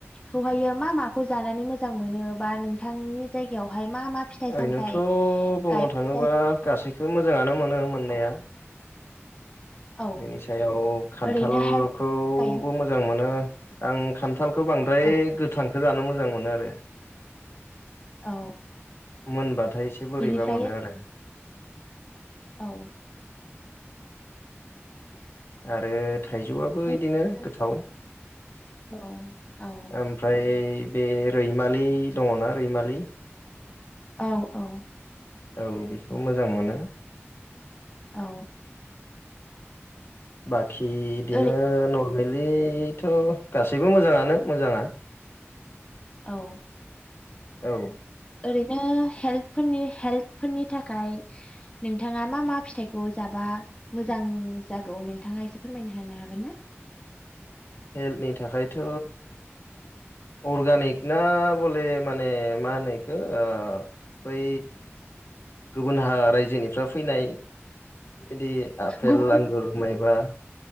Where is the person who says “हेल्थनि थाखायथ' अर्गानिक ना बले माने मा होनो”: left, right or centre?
Left